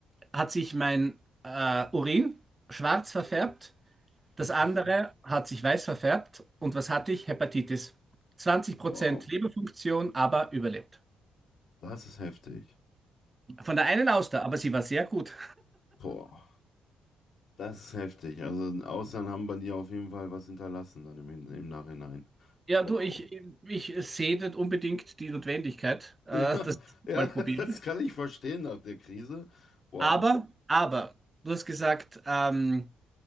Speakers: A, on the right; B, on the left.
A: hat sich mein äh, Urin schwarz verfärbt Das
B: What
A: andere
B: the fuck?
A: hat sich weiß verfärbt. Und was hatte ich? Hepatitis. 20%
B: Wow.
A: Leberfunktion, aber überlebt.
B: Das ist heftig.
A: Von der einen Auster, aber sie war sehr gut.
B: Boah. Das ist heftig. Also im Ausland haben bei dir auf jeden Fall was hinterlassen dann im, Hin- im Nachhinein.
A: Ja,
B: Wow.
A: du, ich, ich
B: <laughs>
A: sehe nicht unbedingt die Notwendigkeit, äh,
B: Ja,
A: dass ich
B: ja,
A: mal
B: das
A: probiere.
B: kann ich verstehen nach der Krise. Wow.
A: Aber, aber, du hast gesagt, ähm,